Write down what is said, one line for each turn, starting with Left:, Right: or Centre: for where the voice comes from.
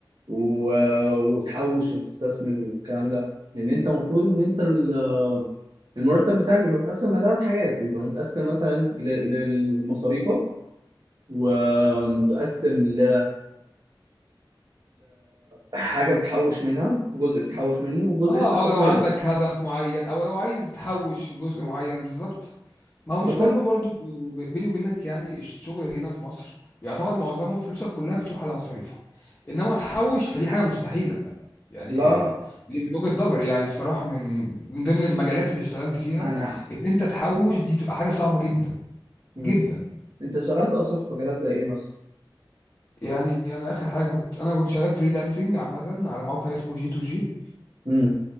Right: و- وتحوش وتستثمر والكلام ده لان انت المفروض ان انت ال- المرتب بتاعك بيبقى متقسم لثلاث حاجات بيبقى متقسم مثلا ل- لمصاريفك ومتقسم ل... لحاجة بتحوش منها جزء بتحوش منه وجزء
Left: اه
Right: بتستثمره
Left: او لو عندك هدف معين او لو عايز تحوش جزء معين بالظبط ما هو مش
Right: بس
Left: كله
Right: أنا-
Left: برضو ب- بيني وبينك يعني الشغل هنا في مصر يعتبر معظمه فلوسك كلها بتروح على مصاريفك انما تحوش فدي حاجه مستحيله يعني
Right: لا
Left: آه، دي من وجهه نظري يعني بصراحه من من ضمن المجالات اللي اشتغلت فيها
Right: أنا
Left: ان انت تحوش دي بتبقى حاجه صعبه جدا
Right: مم.
Left: جدا
Right: أنت اشتغلت أصلا في مجالات زي إيه مثلا؟
Left: يعني انا اخر حاجه كنت انا كنت شغال فريلانسنج عامه على موقع اسمه جي تو جي
Right: امم